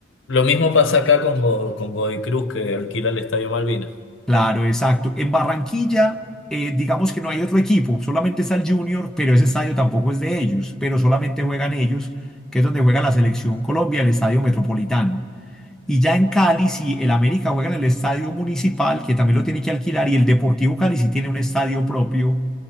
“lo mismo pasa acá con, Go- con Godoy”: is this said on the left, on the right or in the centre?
Left